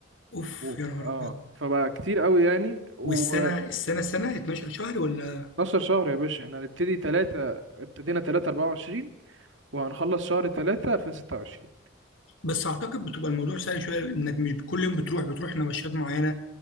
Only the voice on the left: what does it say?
اوف
يا نهار
ابيض
والسنه السنه سنه 12 شهر ولا
بس اعتقد بتبقى الموضوع سهل شويه انك مش كل يوم بتروح بتروح نبشات معينه